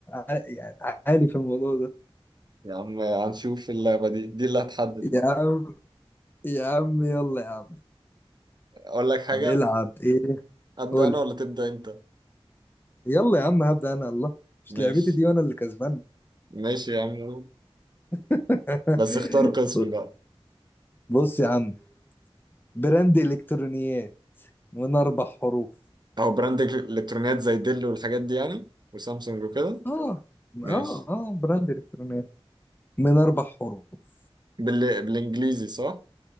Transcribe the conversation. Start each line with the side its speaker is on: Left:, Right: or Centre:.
Left: ع- يعني عالي في الموضوع ده
Right: يا عم هنشوف اللعبة دي دي اللي هتحدد
Left: يا
Right: بقى
Left: عم يا عم يلا يا عم
Right: اقول لك حاجة
Left: هنلعب ايه
Right: ابدأ
Left: قول
Right: انا
Left: لي.
Right: ولا تبدأ انت
Left: يلا يا عم هبدأ انا الله مش
Right: ماشي
Left: لعبتي دي وانا اللي كسبان
Right: ماشي يا عم قول.
Left: <laughs>
Right: بس اختار قسم بقى
Left: بص يا عم براند الكترونيات من اربع حروف
Right: او براند الكترونيات زي ديل والحاجات دي يعني وسامسونج وكده
Left: اه
Right: ماشي
Left: اه اه براند الكترونيات من اربع حروف
Right: بال... بالانجليزي صح